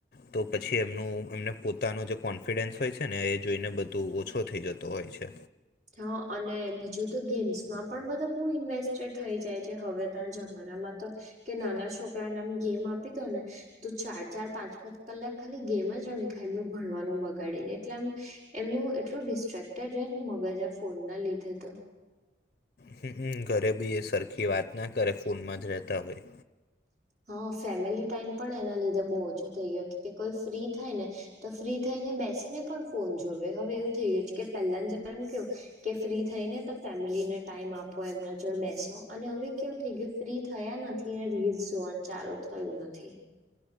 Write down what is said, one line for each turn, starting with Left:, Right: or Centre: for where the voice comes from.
Left: તો પછી એમનું એમને પોતાનું જે કોન્ફિડન્સ હોય છે ને એ જોઈને બું તો ઓછો થઈ જતો હોય છે.
Right: હ અને બીજું તો ગેમ્સમાં પણ બધા બહુ ઇન્વેસ્ટેડ થઈ જાય છે. હવે, ત્યાં જમાનામાં તો કે નાના છોકરાને આમ ગેમ આપી દઉ ને તો ચાર ચાર, પાંચ પાંચ કલાક ખાલી ગેમ જ રમી ખાય. એમનું ભણવાનું બગાડીને એટલે આમ એમનું એટલું ડિસ્ટ્રેક્ટર રહેને બધા ફોનના લીધેતો
Left: હ હ, ઘરે બી એ સરખી વાત ના કરે, ફોનમાં જ રહેતા હોય.
Right: હા, ફેમિલી ટાઈમ પણ એના લીધે બહુ ઓછો થઈ ગયો. કોઈ ફ્રી થાયને તો ફ્રી થઈને બેસીને પણ ફોન જોવે. હવે, એવું થઈ ગયું છે કે પહેલાને જમાનામાં કેવું? કે ફ્રી થઈ ને તો ફેમિલીને ટાઈમ આપો એમના જોડ બેસો અને હવે કેવું થઈ ગયું ફ્રી થયા નથી રીઝ જોવાનું ચાલુ થયું નથી.